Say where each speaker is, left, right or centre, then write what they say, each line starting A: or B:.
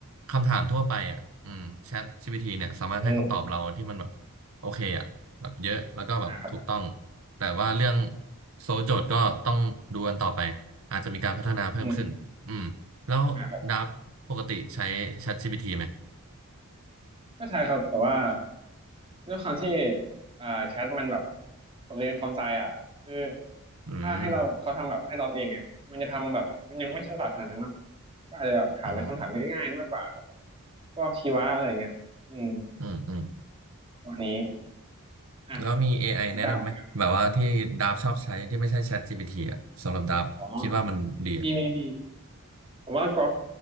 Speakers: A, on the right; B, on the right.
A: คำถามทั่วไปอะอืม ChatGPT เนี่ยสามารถให้คำตอบเราที่มันแบบโอเคอะแบบเยอะแล้วก็แบบถูกต้อง
B: อืมอ่าครับ
A: แต่ว่าเรื่องโซลโจทย์ก็ต้องดูกันต่อไปอาจจะมีการพัฒนาเพิ่มขึ้นอืม
B: อืม
A: แล้วดับปกติใช้
B: อ่า
A: ChatGPT ไหม
B: ไม่ใช่ครับ แต่ว่าด้วยความที่อ่าแชทมันแบบผมเรียนคอมไซอ่ะคือ
A: อืม
B: ถ้าให้เราเขาทำแบบให้เราเองอ่ะมันจะทำแบบมันยังไม่ฉลาดขนาดนั้นเนาะก็อาจจะแบบถามเป็นคำถามง่ายๆมากกว่า
A: อ๋อ
B: พวกชีวะอะไรเงี้ยอืม
A: อืมอืม
B: ตอนนี้อ่ะ
A: แล้วมี AI
B: ถึงตาของ
A: แนะนำไหมแบบว่าที่ดับชอบใช้ที่ไม่ใช่ ChatGPT อ่ะสำหรับดับคิดว่ามันดีอะ
B: อ๋อมีมีมี ผมว่าก๊อก